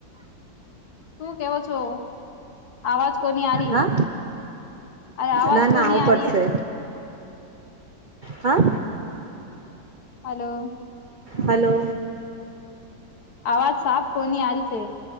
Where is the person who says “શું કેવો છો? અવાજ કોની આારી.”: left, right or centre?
Left